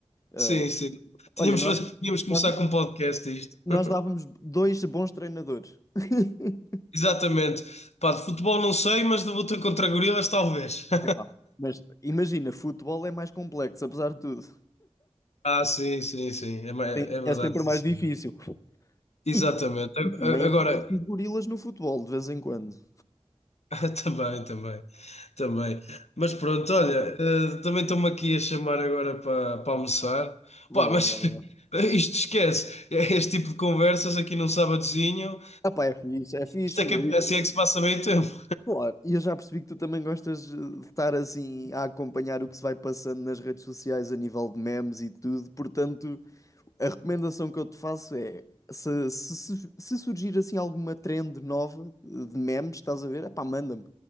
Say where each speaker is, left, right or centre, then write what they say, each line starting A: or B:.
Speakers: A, on the left; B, on the left.
A: Ah,
B: Sim, sim.
A: olha,
B: Tínhamos,
A: nós,
B: tínhamos que começar
A: nós,
B: com um podcast a isto.
A: nós
B: <laughs>
A: dávamos dois bons treinadores. <laughs>
B: Exatamente. Pá, de futebol não sei, mas de luta contra gorilas talvez. <laughs>
A: Epá, mas imagina, futebol é mais complexo, apesar de tudo.
B: Ah, sim, sim, sim. É, ma- é
A: Tem-
B: verdade,
A: É sempre
B: sim,
A: mais
B: senhor.
A: difícil.
B: Exatamente.
A: E, tam-
B: A-
A: e também
B: a-
A: aparecem
B: Agora,
A: os gorilas no futebol de vez em quando.
B: <laughs> também, também, também. Mas pronto, olha, eh, também estou-me aqui a chamar agora para para almoçar.
A: Vai
B: Pá, mas
A: lá, vai lá.
B: <laughs> isto esquece. Este tipo de conversas aqui num sábadozinho,
A: Ah, pá, é fixe, é fixe,
B: isto é
A: meu.
B: que,
A: E,
B: assim é que se passa meio tempo.
A: Claro, e eu já percebi que tu também gostas eh, de estar assim a acompanhar o que se vai passando nas redes sociais a nível de memes e tudo. Portanto, a recomendação que eu te faço é: se, se, su- se surgir assim alguma trend nova eh, de memes, estás a ver? Epá, manda-me.